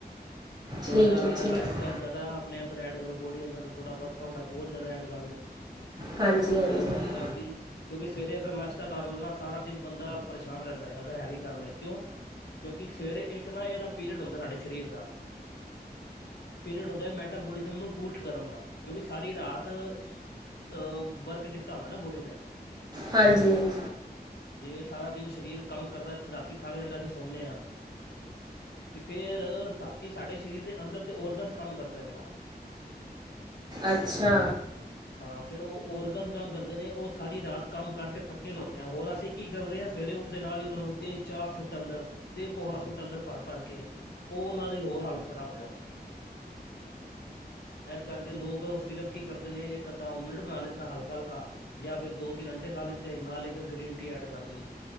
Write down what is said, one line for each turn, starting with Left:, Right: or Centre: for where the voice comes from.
Left: ਥੋੜਾ
Right: ਠੀਕ
Left: ਜਾ
Right: ਹੈ ਠੀਕ
Left: ਲਾਈਫ
Right: ਹੈ।
Left: ਸਟਾਈਲ ਜਿਆਦਾ ਆਪਣੇ ਅੰਦਰ ਐਡ ਕਰੋ। ਬੋਡੀ ਅੰਦਰ ਥੋੜਾ ਵਰਕਆਊਟ ਆ ਹੋਰ ਜ਼ਿਆਦਾ ਐਡ ਕਰ ਲੋ। ਥ੍ਰੀ
Right: ਹਾਂਜੀ ਹਾਂਜੀ
Left: ਐਮ
Right: ਹਾਂਜੀ
Left: ਐਮ ਤਾਂ ਕੀ ਕਿਉਂਕਿ ਸਵੇਰੇ ਅਗਰ ਨਸ਼ਤਾ ਕਰ ਲੋ ਨਾ ਸਾਰਾ ਤਿੰਨ ਬੰਦਾ ਪਰੇਸ਼ਾਨ ਰੈਂਦੈ, ਅਗਰ ਹੈਵੀ ਕਰ ਲੇਐ ਕਿਉਂ ਕਿਉਂਕਿ ਸਵੇਰੇ ਏੱਕ ਨਾ ਏਦਾ ਪੀਰੀਅਡ ਹੁੰਦੈ ਸਾਡੇ ਸ਼ਰੀਰ ਦਾ ਪੀਰੀਅਡ ਹੁੰਦੈ ਮੈਟਾਬੋਲਿਜ਼ਮ ਨੂੰ ਬੂਸਟ ਕਰਨ ਦਾ ਕਿਉਂਕਿ ਸਾਰੀ ਰਾਤ ਅ ਵਰਕ ਕੀਤਾ ਹੁੰਦੈ ਨਾ, ਬੋਡੀ ਨੇ।
Right: ਹਾਂਜੀ-ਹਾਂਜੀ।
Left: ਜਿਵੇਂ ਸਾਰਾ ਦਿਨ ਸ਼ਰੀਰ ਕੰਮ ਕਰਦੈ ਏੱਥ ਰਾਤੀ ਥੱਕ ਜਾਂਦੈ ਅਸੀ ਸੌਨੇਂ ਆਂ। ਫੇ ਫੇਰ ਰਾਤੀ ਸਾਡੇ ਸਰੀਰ ਦੇ ਅੰਦਰ ਦੇ ਔਰਗਨਸ ਕੰਮ ਕਰਦੇ ਨੇ।
Right: ਅੱਛਾ।
Left: ਹਾਂ ਫੇਰ ਓ ਔਰਗਨਸ ਕੰਮ ਕਰਦੇ ਨੇ ਓ ਸਾਰੀ ਰਾਤ ਕੰਮ ਕਰਕੇ ਥੱਕੇ ਦੇ ਹੁੰਨੇਂ ਆਂ। ਹੋਰ ਅਸੀ ਕੀ ਕਰਦੇ ਆਂ ਤਵੇਰੇ ਉੱਠਦੇ ਨਾਲ ਈ ਓਨਾ ਨੂੰ ਦੇ ਚਾਰ ਸ਼ੁੱਟ ਅੰਦਰ ਤੇ ਪੋਹਾ ਸੁੱਟ ਅੰਦਰ ਭਰ-ਭਰ ਕੇ ਓ ਓਨਾਂ ਦੀ ਹੋਰ ਹਾਲਤ ਖ਼ਰਾਬ ਹੋਏਆ। ਐਸ ਕਰਕੇ ਲੋਕ ਸਿਰਫ ਕੀ ਕਰਦੇ ਨੇ ਇੱਕ ਅੱਧਾ ਓਮਲੇਟ ਬਨਾ ਲਿੱਤਾ ਹਲਕਾ-ਹਲਕਾ ਯਾਂ ਫਿਰ ਦੋ-ਤਿੰਨ ਅੰਡੇ ਖਾ ਲਿੱਤੇ ਨਾਲ ਇੱਕ ਗ੍ਰੀਨ ਟੀ ਐਡ ਕਰ ਲਈ